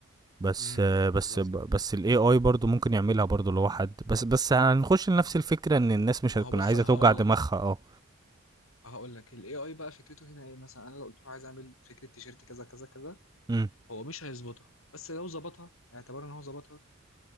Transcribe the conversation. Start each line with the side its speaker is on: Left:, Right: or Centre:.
Right: بس
Left: امم
Right: آه، بس
Left: بالظبط
Right: بس الاي اي برضو ممكن يعملها برضو لو حد بس بس هنخش لنفس الفكرة ان الناس مش
Left: ما
Right: هتكون
Left: هو بص
Right: عايزة
Left: انا
Right: توجع
Left: هقول
Right: دماغها
Left: لك
Right: اه
Left: هقول لك الاي اي بقى فكرته هنا ايه مثلا انا لو قلت له عايز اعمل فكره تيشيرت كذا كذا كذا
Right: امم
Left: هو مش هيظبطها بس لو ظبطها اعتبر ان هو ظبطها